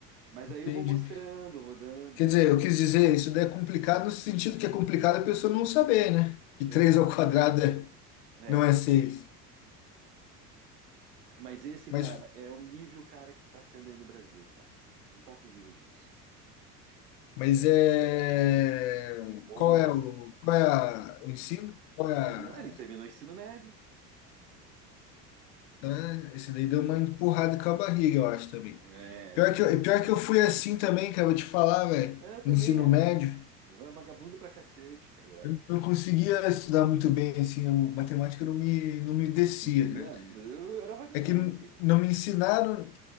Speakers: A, on the right; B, on the left.
A: Mas
B: Entendi.
A: aí eu vou mostrando, vou dando,
B: Quer
A: daí
B: dizer, eu quis dizer, isso daí é complicado no sentido que é complicado a pessoa não saber, né? Que
A: Exata,
B: 3 ao quadrado é-
A: é.
B: não é seis,
A: Mas esse
B: Mas,
A: cara é o nível cara que tá sendo aí no Brasil, cara. Não tá fugindo disso.
B: mas
A: Essa
B: é.
A: que é a verdade. O povo
B: Qual
A: tá.
B: é o, qual é a- o ensino? Qual é a.
A: Não, ele terminou o ensino médio.
B: Então, é- esse daí deu uma empurrada com a barriga, eu acho também.
A: É,
B: Pior
A: te-
B: que eu, pior que eu fui assim também, cara, eu vou te falar, velho.
A: eu também
B: no Ensino
A: era.
B: médio.
A: Eu era Vagabundo pra cacete, cara, eu era.
B: Eu não conseguia estudar muito bem, assim, a matemática não me, não me descia,
A: Não,
B: cara.
A: eu era vagabundo.
B: É que n-
A: E-
B: não me ensinaram,